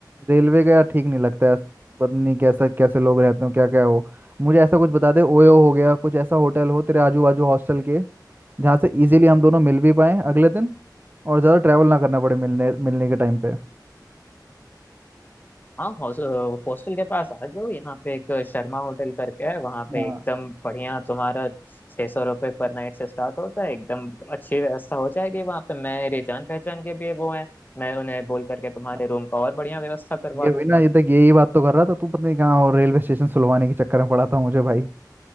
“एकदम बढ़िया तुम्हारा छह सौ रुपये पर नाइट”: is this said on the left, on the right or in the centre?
Left